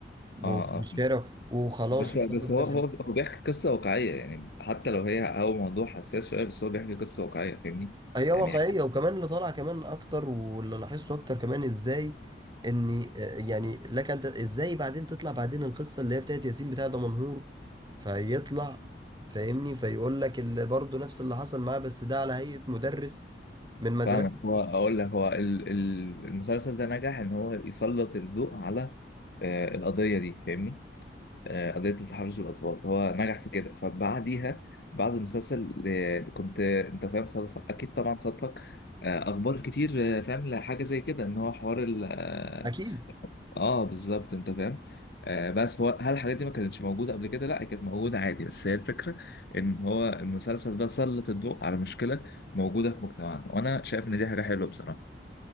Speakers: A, on the right; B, on the left.
A: والشارع
B: اه اه
A: وخلاص
B: بس
A: ومش
B: بس
A: عارف
B: هو
A: ده
B: هو هو بيحكي قصة واقعية يعني حتى لو هي هو موضوع حساس شوية بس هو بيحكي قصة واقعية فاهمني
A: هي واقعية
B: يعني
A: وكمان اللي طالع كمان أكتر واللي لاحظته أكتر كمان إزاي إن آه، يعني لك أنت إزاي بعدين تطلع بعدين القصة اللي هي بتاعت ياسين بتاع دمنهور فيطلع فاهمني فيقول لك اللي برضه نفس اللي حصل معاه بس ده على هيئة مدرس من مدرسة
B: فاهم هو اقول لك هو ال- ال- المسلسل ده نجح ان هو يسلط الضوء على آه القضية دي فاهمني آه، قضية التحرش بالأطفال هو نجح في كده فبعديها بعد المسلسل آه، كنت آه، أنت فاهم صادف أكيد طبعا صادفك آه، أخبار كتير آه، فاهم لحاجة زي كده إن هو حوار ال آه
A: أكيد
B: آه، بالظبط أنت فاهم آه، بس هو هل الحاجات دي ما كانتش موجودة قبل كده؟ لا هي كانت موجودة عادي بس هي الفكرة إن هو المسلسل ده سلط الضوء على مشكلة موجودة في مجتمعنا وأنا شايف إن دي حاجة حلوة بصراحة